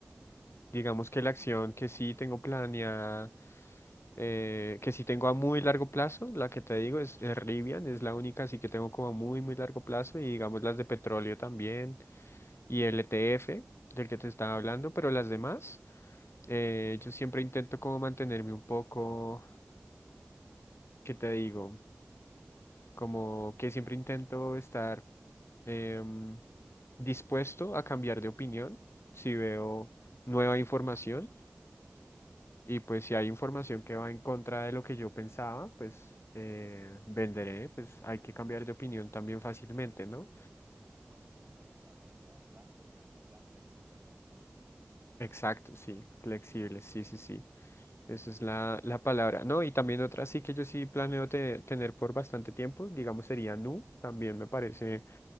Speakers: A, on the left (about 80°); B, on the right (about 40°).
A: Digamos que la acción que sí tengo planeada, eh, que sí tengo a muy largo plazo, la que te digo es, es Rivian, es la única así que tengo como a muy, muy largo plazo y digamos las de petróleo también y el ETF del que te estaba hablando, pero las demás, eh, yo siempre intento como mantenerme un poco, ¿qué te digo? Como que siempre intento estar em, dispuesto a cambiar de opinión si veo nueva información y pues si hay información que va en contra de lo que yo pensaba, pues eh, venderé, pues hay que cambiar de opinión también fácilmente, ¿no?
B: Sí, eso, eso es bueno, ser flexible, o sea, hay que tener un plan, pero tiene que ser un plan flexible, pienso yo.
A: Exacto, sí, flexible, sí, sí, sí. Esa es la, la palabra, ¿no? Y también otra sí que yo sí planeo te- tener por bastante tiempo, digamos sería Nu, también me parece